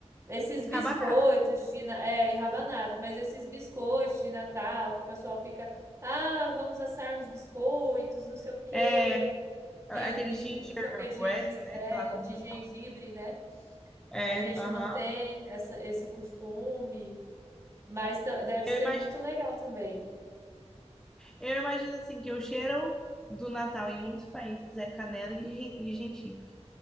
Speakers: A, on the right (about 25°); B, in the centre.
A: esses
B: acaba
A: biscoitos de na- é, e rabanada, mas esses biscoitos de Natal que o pessoal fica, ah, vamos assar uns biscoitos, não sei o quê.
B: É, aqueles
A: E, bi-
B: gingerbreads,
A: e não sei o que de, gengi-
B: né?
A: é,
B: Sei lá como
A: de
B: que
A: gengibre,
B: fala.
A: né?
B: É,
A: A gente
B: aham.
A: não tem essa, esse costume, mas ta- deve
B: Eu
A: ser
B: imagino,
A: muito legal também.
B: eu imagino assim que o cheiro do Natal em muitos países é canela e, gen- e gengibre,